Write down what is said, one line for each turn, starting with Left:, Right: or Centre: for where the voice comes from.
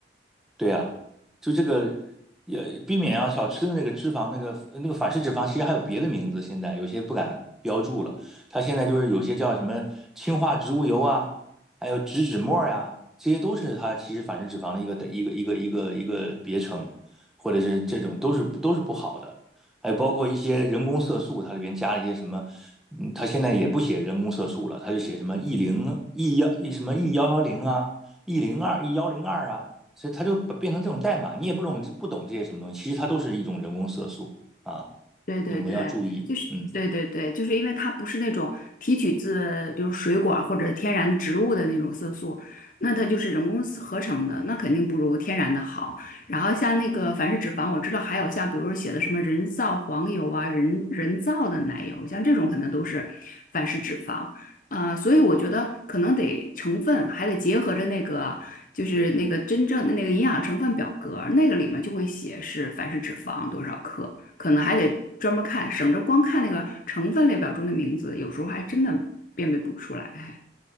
Centre: 对呀，就这个也避免要少吃的那个脂肪，那个那个反式脂肪，其实还有别的名字，现在有些不敢标注了。它现在就是有些叫什么氢化植物油啊，还有植脂末呀、这些都是它其实反式脂肪的一个一个一个一个一个别称，或者是这种都是都是不好的。还有包括一些人工色素，它里边加了一些什么，嗯，它现在也不写人工色素了，它就写什么 E 零 E 幺什么 E 幺幺零啊。E 零二、E 幺零二啊所以它就把变成这种代码，你也不懂不懂这些什么东西，其实它都是一种人工色素啊，
Left: 对对对，
Centre: 你们要注意，
Left: 就是对对对，
Centre: 嗯。
Left: 就是因为它不是那种提取自比如水果儿或者天然植物的那种色素，那它就是人工合成的，那肯定不如天然的好。然后像那个反式脂肪，我知道还有像比如说写的什么人造黄油啊、人人造的奶油，像这种可能都是反式脂肪。啊、所以我觉得可能得成分还得结合着那个，就是那个真正的那个营养成分表格儿那个里面就会写是反式脂肪多少克，可能还得专门看，省着光看那个成分列表中的名字，有时候还真的辨别不出来。哎